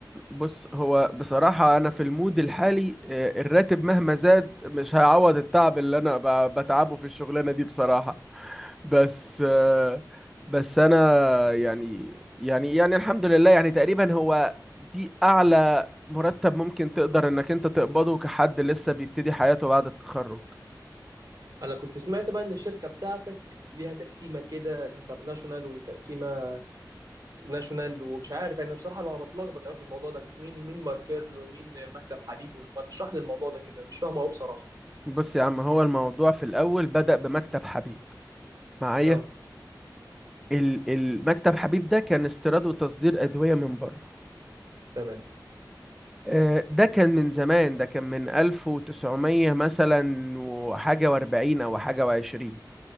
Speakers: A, in the centre; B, on the right (about 55°).
A: بص هو بصراحة أنا في المود الحالي آه، الراتب مهما زاد مش هيعوض التعب اللي أنا ب- بتعبه في الشغلانة دي بصراحة بس آه، بس أنا يعني يعني يعني الحمد لله يعني تقريبا هو دي أعلى مرتب ممكن تقدر إنك أنت تقبضه كحد لسه بيبتدي حياته بعد التخرج
B: انا كنت سمعت بقى ان الشركة بتاعتك ليها تقسيمة كده انترناشونال وتقسيمة ناشونال ومش عارف يعني بصراحة انا بتلخبط قوي في الموضوع ده مين مين ماركيرل ومين مكتب حبيب ما تشرح لي الموضوع ده كده مش فاهمه قوي بصراحة
A: بص يا عم هو الموضوع في الأول بدأ بمكتب حبيب معايا
B: اه
A: ال- المكتب حبيب ده كان استيراد وتصدير أدوية من بره
B: تمام
A: آه، ده كان من زمان ده كان من 1900 مثلا وحاجة واربعين أو حاجة وعشرين